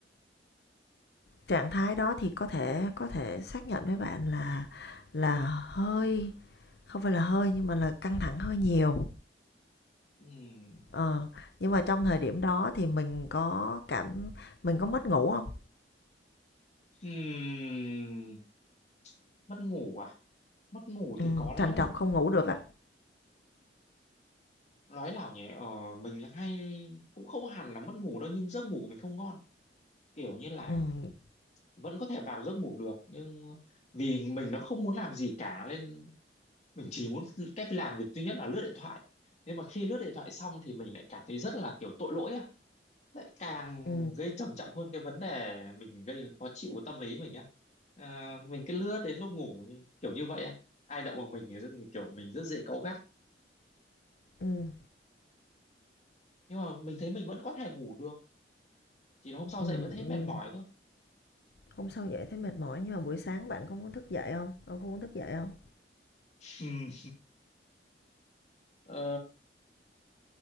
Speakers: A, on the left; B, on the left.
A: trạng thái đó thì có thể có thể xác nhận với bạn là là hơi không phải là hơi nhưng mà là căng thẳng hơi nhiều
B: này
A: ờ nhưng mà trong thời điểm đó thì mình có cảm mình có mất ngủ không
B: Ừm, mất ngủ à? Mất ngủ
A: ừ
B: thì có lẽ
A: trằn
B: là
A: trọc không ngủ được Ờ, ạ
B: nói là nhỉ, ờ, mình hay cũng không hẳn là mất ngủ đâu nhưng giấc ngủ của mình không ngon. Kiểu như là
A: ừ
B: vẫn có thể vào giấc ngủ được nhưng vì mình nó không muốn làm gì cả nên mình chỉ muốn cách làm việc duy nhất là lướt điện thoại. Nhưng mà khi lướt điện thoại xong thì mình lại cảm thấy rất là kiểu tội lỗi á. lại càng
A: ừ
B: gây trầm trọng hơn cái vấn đề mình gây khó chịu của tâm lý mình á à, mình cứ lướt đến lúc ngủ như- kiểu như vậy á ai động vào mình thì rất, kiểu mình rất dễ cáu gắt
A: ừ
B: nhưng mà mình thấy mình vẫn có thể ngủ được chỉ là hôm sau
A: ừ
B: dậy vẫn thấy
A: ừ.
B: mệt mỏi thôi
A: hôm sau dậy thấy mệt mỏi nhưng mà buổi sáng bạn có muốn thức dậy không ông không muốn thức dậy không
B: Ừm, ờ,